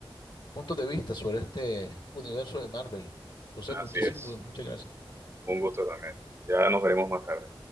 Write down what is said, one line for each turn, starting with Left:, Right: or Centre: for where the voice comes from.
Left: puntos de vista sobre este universo de Marvel. José,
Right: Así
Left: muchísimo
Right: es,
Left: muchas gracias.
Right: un gusto también. Ya nos veremos más tarde.